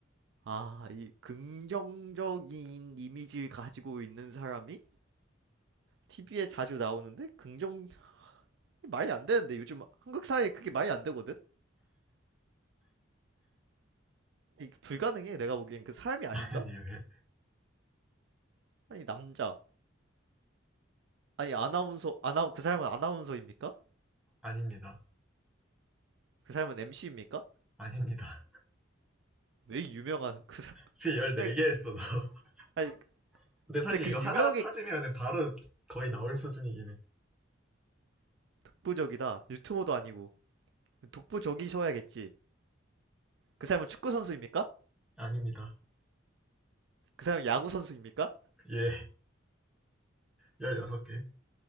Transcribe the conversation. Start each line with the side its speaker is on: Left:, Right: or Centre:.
Right: 아 이 긍정적인 이미지를 가지고 있는 사람이 TV에 자주 나오는데 긍정 말이 안 되는데 요즘 한국 사회에 그게 말이 안 되거든? 이게 불가능해 내가 보기엔 그 사람이 아닌가?
Centre: <laughs> 아니, 왜?
Right: 아니 남자 아니 아나운서 아나 그 사람은 아나운서입니까?
Centre: 아닙니다.
Right: 그 사람은 MC입니까?
Centre: 아닙니다.
Right: 왜 유명한 그
Centre: <laughs>
Right: 사람
Centre: 지금 14개
Right: 그냥,
Centre: 했어, 너. <laughs>
Right: <laughs> 아니
Centre: 근데
Right: 진짜
Centre: 사실
Right: 그
Centre: 이거
Right: 유명의
Centre: 하나 찾으면 바로 거의 나올 수준이긴 해.
Right: 독보적이다 유튜버도 아니고 독보적이셔야겠지 그 사람은 축구 선수입니까?
Centre: 아닙니다.
Right: 그 사람은 야구 선수입니까?
Centre: 예, 16개.